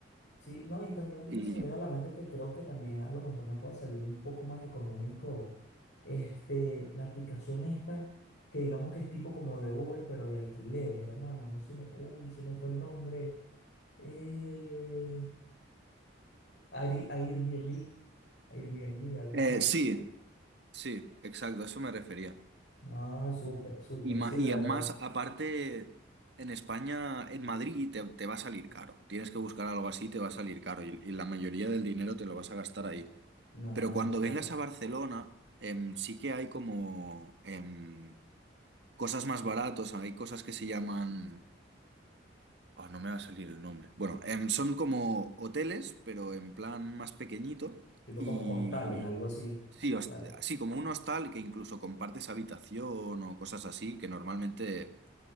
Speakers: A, on the left; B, on the right.
A: sí, no, y también ahorita
B: Y...
A: se me viene a la mente que creo que también a lo mejor me puede salir un poco más económico, este, la aplicación esta, que digamos que es tipo como de Uber, pero de alquileres, hermano, no se me, uy, se me fue el nombre, eh, Ari- Airbnb, Airbnb, algo
B: Eh,
A: así,
B: sí, sí, exacto, a eso me refería.
A: Ah, súper, súper,
B: Y, ma-
A: sí,
B: y
A: la verdad.
B: más, aparte, en España, en Madrid, te, te va a salir caro. Tienes que buscar algo así, te va a salir caro. Y, y la mayoría del dinero te lo vas a gastar ahí.
A: No,
B: Pero cuando
A: ok.
B: vengas a Barcelona, em, sí que hay como em, cosas más baratos. Hay cosas que se llaman... Oh, no me va a salir el nombre. Bueno, em, son como hoteles, pero en plan más pequeñito.
A: Tipo
B: Y...
A: como hostales, algo así.
B: Sí,
A: Hostales.
B: host- sí, como un hostal que incluso compartes habitación o cosas así, que normalmente